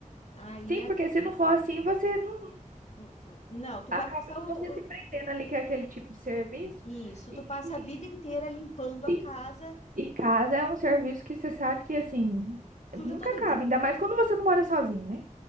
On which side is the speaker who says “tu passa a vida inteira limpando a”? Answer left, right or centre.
Left